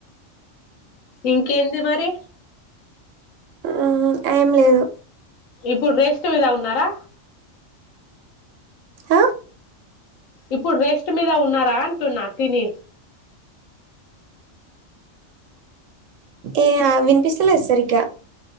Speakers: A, on the left; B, on the right.
A: ఇంకేంది మరి
B: ఊ ఏం లేదు
A: ఇప్పుడు రెస్ట్ మీదా ఉన్నారా
B: హ
A: ఇప్పుడు రెస్ట్ మీద ఉన్నారా అంటున్నా తిని
B: ఏ ఆ వినిపిస్తలేదు సరిగ్గా